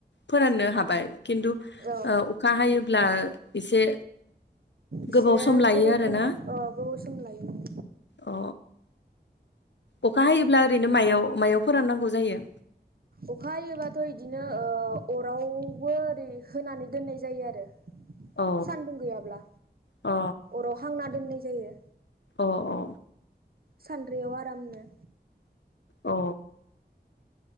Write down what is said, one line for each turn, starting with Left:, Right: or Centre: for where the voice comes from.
Left: फोराननो हाबाय खिन्थु
Right: औ
Left: अखा हायोब्ला एसे
Right: एसे
Left: गोबाव सम लायो
Right: गोबौ
Left: आरोना
Right: दिन गोबाव सम लायो
Left: अ अखा हायोब्ला ओरैनो मायाव मायाव फोराननांगौ जायो
Right: अखा हायोबाथ' बिदिनो अरावबो ओरै होनानै दोननाय जायो आरो
Left: अ
Right: सानदुं गैयाब्ला
Left: अ
Right: अराव हांना दोननाय जायो
Left: अ अ
Right: सानद्रियाव आरामनो
Left: अ